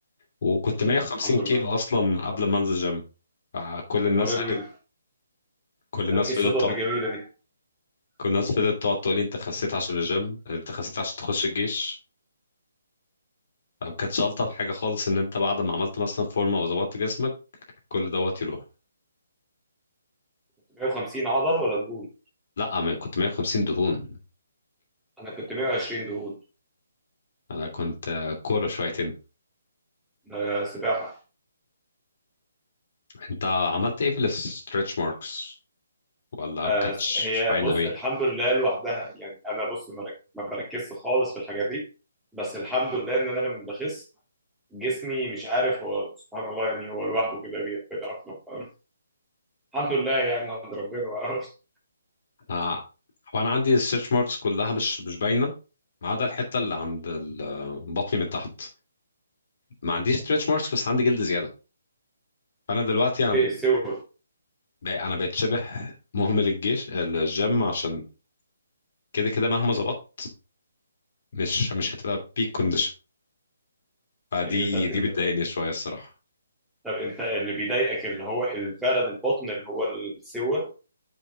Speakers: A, on the left (about 50°); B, in the centre.
A: وكنت 150
B: الحمد
A: كيلو
B: لله
A: اصلا قبل ما انزل جيم كل الناس
B: يا نهار الويل
A: قالت كل الناس
B: طب ايه الصدف
A: فضلت تقعد
B: الجميله دي
A: كل الناس فضلت تقعد تقول لي انت خسيت عشان الجيم انت خسيت عشان تخش الجيش او كانتش الطف حاجه خالص ان انت بعد ما عملت مثلا فورمه وظبطت جسمك كل دوت يروح
B: 150 عضل ولا دهون
A: لا انا كنت 150 دهون
B: انا كنت 120 دهون
A: انا كنت آه، كوره شويتين
B: ده سباحه
A: انت عملت ايه في الستريتش ماركس ولا
B: آه،
A: ما كانتش
B: هي
A: باينه
B: بص
A: قوي
B: الحمد لله لوحدها يعني انا بص ما رك- ما بركزش خالص في الحاجات دي بس الحمد لله ان انا لما بخس جسمي مش عارف هو سبحان الله يعني هو لوحده كده بي- بيتأقلم فاهم؟ الحمد لله يعني عند ربنا ما اعرفش
A: آه، هو انا عندي السيرش ماركس كلها مش مش باينه ما عدا الحته اللي عند ال- بطني من تحت ما عنديش ستريتش ماركس بس عندي جلد زياده فانا دلوقتي
B: اوكي
A: انا
B: سوى
A: ب- انا بقيت شبه <laughs> مهمل الجيش الجيم عشان كده كده مهما ظبطت مش مش هتبقى بيك كونديشن فدي
B: أيوة، طب انت
A: دي بتضايقني شويه الصراحه
B: طب انت اللي بيضايقك اللي هو ال- فعلا البطن اللي هو السوى